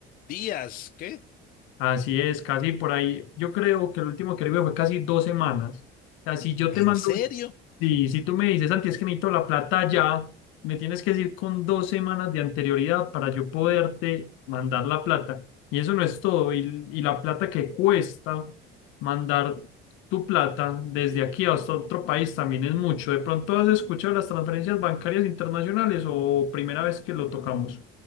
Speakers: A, on the left; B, on the left.
A: días, ¿qué?
B: Así es, casi por ahí. Yo creo que el último que le vi fue casi dos semanas. O sea, si yo
A: ¿En
B: te mando,
A: serio?
B: si, si tú me dices, Santi, es que necesito la plata ya, me tienes que decir con dos semanas de anterioridad para yo poderte mandar la plata. Y eso no es todo. Y, y la plata que cuesta mandar tu plata desde aquí hasta otro país también es mucho. ¿De pronto has escuchado las transferencias bancarias internacionales o primera vez que lo tocamos?